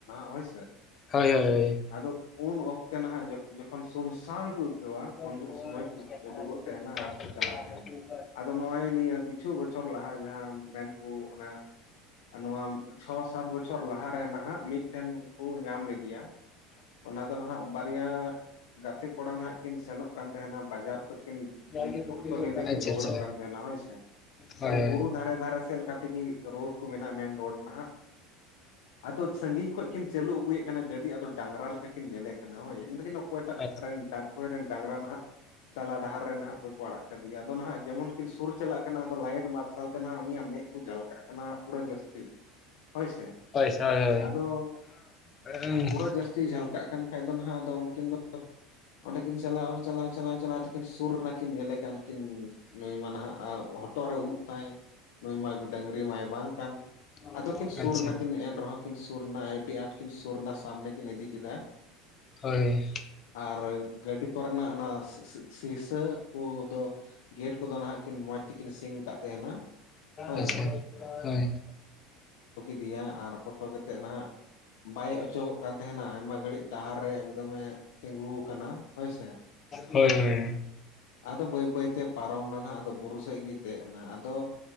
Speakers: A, on the left (about 80°); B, on the left (about 25°).
A: ᱦᱚᱭ ᱥᱮ
B: ᱦᱳᱭ ᱦᱳᱭ
A: ᱟᱫᱚ ᱩᱱ ᱚᱠᱛᱮ ᱱᱷᱟᱜ ᱡᱚᱠᱷᱚᱱ ᱥᱩᱱᱥᱟᱱ ᱠᱚ ᱟᱹᱭᱠᱟᱹᱣᱟ
B: <unintelligible>
A: ᱩᱱ ᱥᱚᱢᱚᱭ ᱠᱚ ᱩᱰᱩᱠᱚᱜ ᱛᱟᱦᱮᱱᱟ ᱟᱨᱠᱚ ᱪᱟᱞᱟᱜ ᱛᱟᱦᱮᱱᱟ ᱟᱫᱚ ᱱᱚᱜᱼᱚᱭ ᱱᱤᱭᱟᱹ ᱠᱤᱪᱷᱩ ᱵᱚᱪᱷᱚᱨ ᱞᱟᱦᱟ ᱡᱟᱦᱟᱸ ᱢᱮᱱᱠᱩ ᱚᱱᱟ, ᱟᱨ ᱱᱚᱣᱟ ᱪᱷᱚ ᱥᱟᱛ ᱵᱪᱷᱚᱨ ᱞᱟᱦᱟ᱾ ᱨᱮ ᱱᱟᱦᱟᱜ ᱢᱤᱫᱴᱮᱱ ᱠᱩ ᱧᱟᱢ ᱞᱮᱫᱮᱭᱟ ᱚᱱᱟ ᱫᱚ ᱱᱟᱦᱟᱜ ᱵᱟᱨᱭᱟ, ᱜᱟᱛᱮ ᱠᱚᱲᱟ ᱱᱟᱦᱟᱜ, ᱠᱤᱱ ᱥᱮᱱᱚᱜ ᱠᱟᱱ ᱛᱟᱦᱮᱸᱱᱟ ᱵᱟᱡᱟᱨ ᱠᱷᱚᱱᱚᱡ ᱠᱤᱱ
B: ᱦᱳᱭ
A: ᱚᱠᱛᱚ ᱧᱤᱫᱟᱹ
B: ᱟᱪᱪᱷᱟ
A: ᱠᱤᱱ ᱨᱩᱣᱟᱹᱲᱚᱜ
B: ᱟᱪᱪᱷᱟ
A: ᱠᱟᱱ ᱛᱟᱦᱮᱸᱱᱟ ᱦᱳᱭ ᱥᱮ᱾
B: ᱦᱳᱭ
A: ᱟᱫᱚ ᱵᱩᱨᱩ ᱫᱷᱟᱨᱮ ᱫᱷᱟᱨᱮ ᱥᱮᱫ ᱞᱮᱠᱟ ᱛᱮᱜᱮ ᱨᱳᱰ ᱠᱚ ᱢᱮᱱᱟᱜᱼᱟ ᱢᱮᱱ ᱨᱳᱰ ᱱᱟᱦᱟᱜ, ᱟᱫᱚ ᱥᱟᱜᱤᱧ ᱠᱷᱚᱱᱚᱡ ᱠᱤᱱ ᱪᱟᱹᱞᱩ ᱟᱹᱜᱩᱭᱮᱫ ᱠᱟᱱᱟ ᱜᱟᱹᱰᱤ ᱟᱫᱚ ᱰᱟᱝᱨᱟ ᱞᱮᱠᱟ ᱠᱤᱱ ᱧᱮᱞᱮ ᱠᱟᱱᱟ ᱦᱳᱭ, ᱚᱠᱚᱭᱴᱟᱜ
B: ᱦᱳᱭ
A: ᱨᱮᱱ ᱚᱠᱚᱭᱨᱮ ᱨᱮᱱ ᱰᱟᱝᱨᱟ ᱱᱟᱦᱟᱜ ᱛᱟᱞᱟ ᱰᱟᱦᱟᱨ ᱨᱮ ᱱᱟᱦᱟᱜ ᱚᱠᱚᱭ ᱠᱚ ᱟᱲᱟᱜ ᱠᱟᱫᱮᱭᱟ ᱟᱫᱚ ᱱᱟᱦᱟᱜ ᱡᱮᱢᱚᱱ ᱠᱤᱱ ᱥᱩᱨ ᱪᱟᱞᱟᱜ ᱠᱟᱱᱟ ᱟᱫᱚ ᱞᱟᱭᱤᱴ ᱢᱟᱨᱥᱟᱞ ᱛᱮ ᱱᱟᱟᱜ ᱩᱱᱤᱭᱟᱜ ᱢᱮᱫ ᱠᱚ ᱡᱷᱟᱞ ᱠᱟᱜ ᱠᱟᱱᱟ, ᱯᱩᱨᱟᱹ ᱡᱟᱹᱥᱛᱤ ᱦᱳᱭ ᱥᱮ
B: ᱦᱳᱭ ᱥᱮ ᱦᱳᱭ ᱦᱳᱭ,
A: ᱟᱫᱚ
B: ᱦᱟᱸᱜ
A: ᱯᱩᱨᱟᱹ ᱡᱟᱹᱥᱛᱤ ᱡᱷᱟᱞᱠᱟᱜ ᱠᱟᱱ ᱠᱷᱟᱡ ᱫᱚ ᱱᱟᱦᱟᱜ ᱟᱫᱚ ᱩᱱᱠᱤᱱ ᱫᱚ, ᱚᱸᱰᱮᱠᱤᱱ ᱪᱟᱞᱟᱣ ᱪᱟᱞᱟᱣ ᱪᱟᱞᱟᱣ ᱪᱟᱞᱟᱣ ᱛᱠᱤᱱ ᱥᱩᱨ ᱨᱮᱱᱟ ᱠᱤᱱ ᱧᱮᱞᱮ ᱠᱟᱱ ᱠᱤᱱ, ᱱᱩᱭ ᱢᱟ ᱱᱟᱦᱟᱜ ᱦᱚᱴᱚᱜ ᱨᱮ ᱩᱵ ᱛᱟᱭ ᱱᱩᱭ ᱢᱟ ᱰᱝᱨᱤ ᱢᱟᱭ ᱵᱟᱝ ᱠᱟᱱ,
B: ᱦᱩᱸ
A: ᱟᱫᱚᱠᱤᱱ ᱥᱩᱨ
B: ᱟᱪᱪᱷᱟ
A: ᱱᱟ, ᱮᱱ ᱨᱮᱦᱚᱸ ᱠᱤᱱ ᱥᱩᱨ ᱮᱱᱟ ᱟᱹᱰᱤ ᱟᱸᱴ ᱠᱤᱱ ᱥᱩᱨ ᱮᱱᱟ ᱥᱟᱢᱱᱮ ᱠᱤᱱ ᱤᱫᱤ ᱠᱮᱫᱟ,
B: ᱦᱳᱭ,
A: ᱟᱨ ᱜᱟᱹᱰᱤ ᱠᱚᱨᱮᱱᱟᱜ ᱚᱱᱟ ᱥᱤᱥᱟᱹ ᱠᱩᱫᱚ ᱜᱮᱴ ᱠᱚᱫᱚ ᱱᱟᱦᱟᱜ ᱠᱤᱱ ᱢᱚᱸᱡᱽ ᱛᱮᱠᱤᱱ ᱥᱤᱧᱝ ᱠᱟᱜ, ᱛᱟᱦᱮᱱᱟ ᱦᱳᱭ
B: ᱟᱪᱪᱷᱟ ᱦᱳᱭ,
A: ᱤᱫᱤᱭᱟ ᱟᱨ ᱯᱷᱳᱴᱳ ᱠᱟᱛᱮᱫ ᱱᱟᱦᱟᱜ ᱵᱟᱭ ᱚᱪᱚᱜᱚᱜ ᱠᱟᱱ ᱛᱟᱦᱮᱸᱱᱟ ᱟᱭᱢᱟ ᱜᱷᱟᱹᱲᱤᱡ ᱰᱟᱦᱟᱨ ᱨᱮ ᱮᱠᱫᱚᱢᱮ, ᱛᱤᱸᱜᱩ ᱠᱟᱱᱟ ᱦᱳᱭ ᱥᱮ,
B: ᱦᱳᱭ ᱦᱳᱭ,
A: ᱟᱫᱚ ᱵᱟᱹᱭ ᱵᱟᱹᱭᱛᱮ ᱯᱟᱨᱚᱢ ᱱᱟ ᱱᱟᱜ ᱟᱫᱚ ᱵᱩᱨᱩ ᱥᱮᱫ ᱜᱮ ᱫᱮᱡ ᱮᱱᱟ ᱟᱫᱚ,